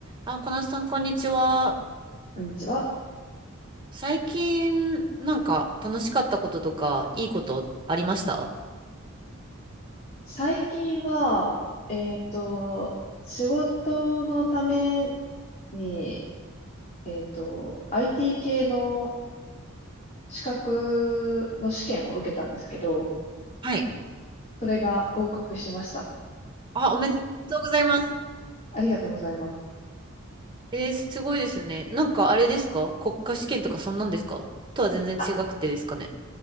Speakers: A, on the right; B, on the left.
A: あ、小夏さん、こんにちは。
B: こんにちは。
A: 最近、なんか、楽しかったこととか、いいことありました
B: 最近は、えっと、仕事のために、えっと、IT 系の資格の試験を受けたんですけど、
A: はい。
B: それが合格しました。
A: あ、おめでとうございます。
B: ありがとうございます。
A: えー、すごいですね。なんか、あれですか国家試験とか、そんなんですかとは全然違くてですかね。
B: あ、